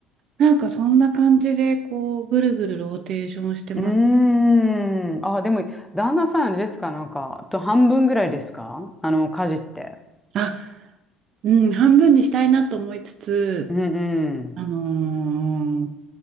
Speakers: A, on the right (about 50°); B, in the centre.
A: なんかそんな感じで、こう、ぐるぐるローテーションしてます。
B: うーん。ああ、でも、旦那さんあれですか、なんか、と半分ぐらいですかあの、家事って。
A: あ、うん、半分にしたいなと思いつつ、
B: うんうん。
A: あのー